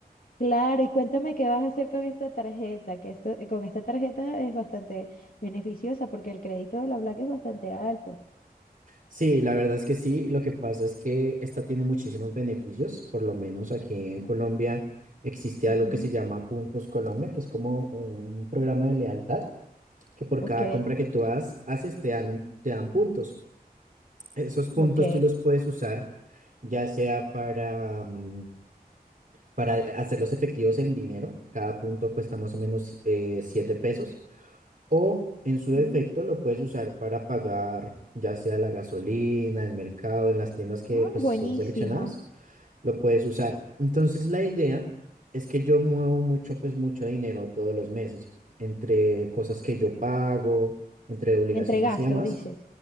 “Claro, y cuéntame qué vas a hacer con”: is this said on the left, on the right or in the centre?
Left